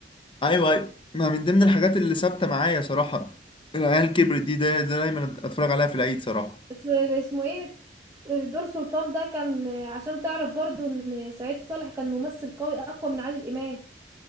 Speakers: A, on the left; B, on the right.
A: ايوه ايوه ما من ضمن الحاجات اللي ثابته معايا صراحه العيال كبرت دي ده ده دايما اتفرج عليها في العيد صراحه
B: اس- اسمه ايه دور سلطان ده كان آه، عشان تعرف برضو ان سعيد صالح كان ممثل قوي اقوى من عادل امام